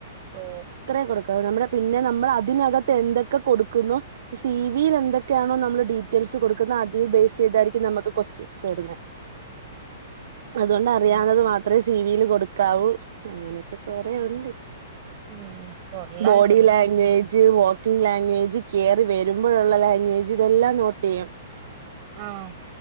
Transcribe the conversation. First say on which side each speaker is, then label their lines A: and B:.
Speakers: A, on the right; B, on the right.
A: ഓ
B: ത്രയ കൊടുക്ക നമ്മുടെ പിന്നെ നമ്മൾ അതിനകത്ത് എന്തൊക്കെ കൊടുക്കുന്നു. സി വിയി ന്തൊക്കെയാണോ നമ്മള് ഡീറ്റെയിൽസ് കൊടുക്കുന്ന അതി ബേസ് യ്തായിരിക്കും നമക്ക് കൊസ്റ്റ്യൻ. ത്യൻ വരുന്നേ അതുകൊണ്ട് അറിയാവ്ന്നെ
A: ഉം
B: മാത്രെ സിവിൽ കൊടുക്കാവൂ അങ്ങനെയൊക്കെ കൊറെേ ഉണ്ട്.
A: ഉം കൊള്ളാം
B: ബോഡി
A: കൊള്ളാം
B: ലാംഗവേ വോക്കിംഗ് ലാംഗ്വേജ് കേറി വെരുമ്പോഴുള്ള ലാംഗ്വേജ് ഇതെല്ലാം നോട്ട് യ്യും.
A: ആണോ.